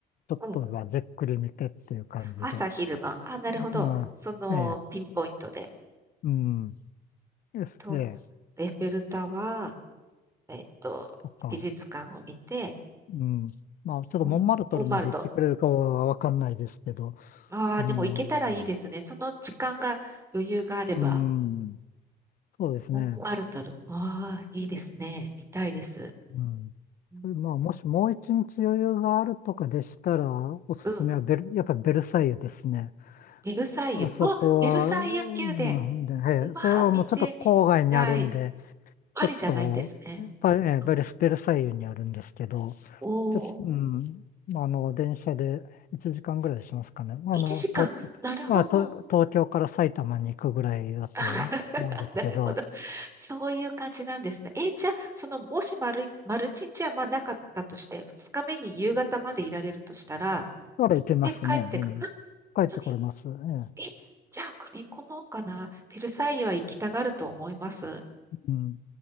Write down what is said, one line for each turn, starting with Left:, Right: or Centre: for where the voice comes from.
Left: ょっとはじっくり見てっていう感じで。
Right: うん。朝昼晩。あ、なるほど。
Left: うん、
Right: そのピンポイントで。
Left: ええ、うん、ええ、
Right: と、エッフェル塔は、えっと、
Left: とか、
Right: 美術館を見て、
Left: うん。まあ、ちょっとモンマルトルまで行ってくれるかはわかんないですけど、
Right: うん。モンマルト。ああ、
Left: うん、
Right: でも行けたらいいですね。その時間が余裕があれば。
Left: うん、そうですね。
Right: モンマルトル。わあ、いいですね。見たいです。
Left: うん。
Right: うん。
Left: それまあ、もしもう一日余裕があるとかでしたら、おすすめはベル、
Right: うん
Left: やっぱベルサイユですね。
Right: ベルサイユ。
Left: あそこは、
Right: あ、ベルサイユ宮殿。
Left: うん、で、ええ、
Right: うわあ、
Left: それはもうちょっと郊外にあるんで、
Right: 見てみたい。パリじゃないんですね。
Left: ちょっと、パえーブレスベルサイユにあるんですけど、
Right: うん。
Left: ち
Right: おお、
Left: ょっと、うん、まああの、電車で1時間ぐらいしますかね。まああの、
Right: 1時間。
Left: 東京、
Right: なるほど。
Left: まあ、と東京から埼玉に行くぐらいだと思うんですけど、
Right: <laughs> なるほど。そういう感じなんですね。えーじゃあ、その、もし丸い、丸一日はまあなかったとして、二日目に夕方までいられるとしたら、
Left: なら行けますね、
Right: 行って帰ってく、
Left: 全然。
Right: あ、
Left: 帰ってこれます。
Right: 本当に
Left: ええ
Right: え、じゃあ、組み込もうかな。ベルサイユは行きたがると思います。
Left: うん。